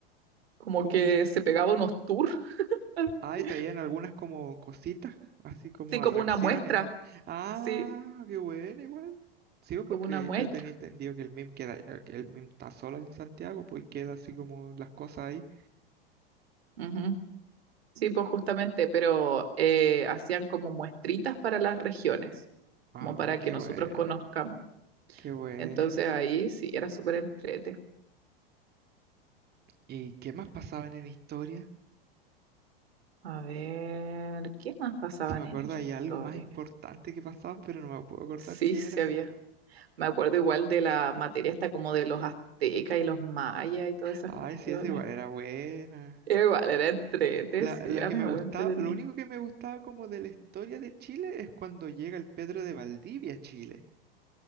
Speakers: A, on the right; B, on the right.
A: Como
B: ¿Cómo
A: que se pegaba unos tours, <laughs>
B: Ay, traían algunas como cositas, así como
A: sí,
B: atracciones.
A: como una muestra,
B: Ah,
A: sí,
B: qué bueno, igual. Sí, pues,
A: como
B: porque
A: una muestra.
B: yo tenía entendido que el MIM queda, eh, que el MIM está solo en Santiago, pues y queda así como las cosas ahí.
A: Ujú. Sí, pues justamente, pero eh, hacían como muestritas para las regiones,
B: Ah,
A: como para que
B: qué
A: nosotros
B: buena,
A: conozcamos.
B: qué buena.
A: Entonces ahí sí, era súper entrete.
B: ¿Y qué más pasaban en historia?
A: A ver, ¿qué más pasaban
B: Si me acuerdo,
A: en historia?
B: hay algo más importante que pasaban, pero no me puedo acordar
A: Sí,
B: qué
A: se
B: era.
A: había. Me acuerdo igual de la materia hasta como de los aztecas y los mayas y todas esas
B: Ay,
A: cuestiones.
B: sí, esa igual era buena.
A: Igual era entrete,
B: La,
A: sí,
B: la
A: a
B: que
A: mí
B: me
A: igual
B: gustaba,
A: me entretenía.
B: lo único que me gustaba como de la historia de Chile es cuando llega el Pedro de Valdivia a Chile.